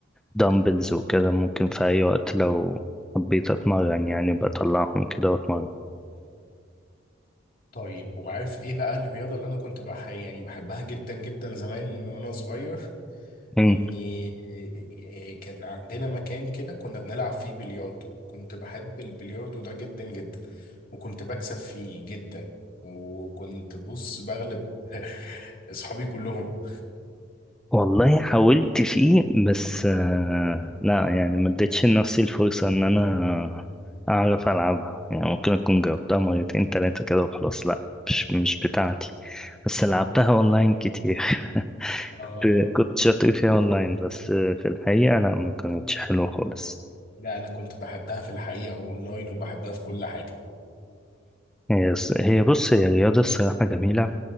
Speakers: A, in the centre; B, on the left.
A: دمبلز وكده ممكن في أي وقت لو حبيت أتمرن يعني بطلعهم كده وأتمرن
B: طيب وعارف ايه بقى الرياضة اللي انا كنت بح يعني بحبها جدا جدا زمان وانا صغير
A: مم.
B: اني إيه، كان عندنا مكان كده كنا بنلعب فيه بلياردو كنت بحب البلياردو ده جدا جدا وكنت بكسب فيه جدا وكنت بص بغلب <laughs> اصحابي كلهم
A: والله حاولت فيه بس آه، لا يعني ما اديتش لنفسي الفرصة إن أنا أعرف ألعبها يعني ممكن أكون جربتها مرتين تلاتة كده وخلاص لا مش مش بتاعتي بس
B: مم.
A: لعبتها أونلاين كتير
B: اه
A: كنت كنت شاطر فيها اونلاين بس في الحقيقة لا ما كانتش حلوة خالص
B: لا انا كنت بحبها في الحقيقة اونلاين وبحبها في كل حاجة
A: هي هي بص هي رياضة الصراحة جميلة